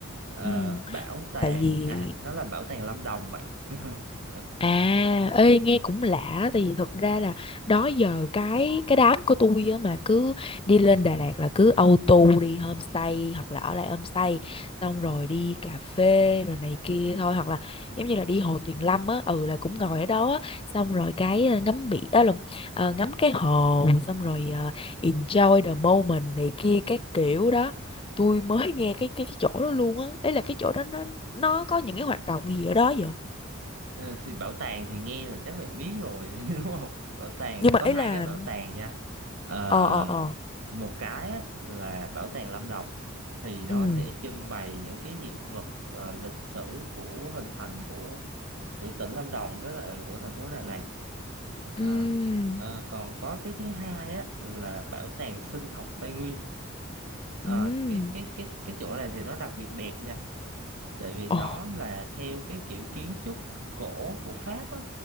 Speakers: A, on the right (about 80°); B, on the left (about 25°).
A: Ờ,
B: ừ,
A: bảo tàng
B: tại vì
A: à nó là bảo tàng Lâm Đồng bạn <laughs>
B: À, ê nghe cũng lạ tại vì thật ra là đó giờ cái cái đám của tôi á mà cứ đi lên Đà Lạt là cứ auto đi homestay hoặc là ở lại homestay xong rồi đi cà phê rồi này kia thôi hoặc là giống như là đi Hồ Tuyền Lâm á ừ là cũng ngồi ở đó á, xong rồi cái ờ, ngắm biển á lộn ờ, ngắm cái hồ xong rồi ờ, enjoy the moment này kia các kiểu đó. Tôi mới nghe cái cái cái chỗ đó luôn á. Ý là cái chỗ đó nó nó có những cái hoạt động gì ở đó vậy?
A: Ờ, thì bảo tàng thì nghe là chắc mẹ biết rồi <laughs> đúng không? Bảo tàng
B: Nhưng mà
A: có
B: ý
A: hai
B: là
A: cái bảo tàng nha. Ờ,
B: ờ ờ ờ
A: một cái á, là bảo tàng Lâm Đồng thì nó
B: ừ
A: sẽ trưng bày những cái hiện vật ờ, lịch sử của hình thành của của tỉnh Lâm Đồng với lại của thành phố Đà Lạt. Ờ,
B: ừ
A: ờ, còn có cái thứ hai á là bảo tàng sinh học Tây Nguyên. Ờ,
B: ừ
A: cái cái cái cái chỗ này thì nó đặc biệt đẹp nha tại vì nó
B: ồ
A: là theo cái kiểu kiến trúc cổ của Pháp á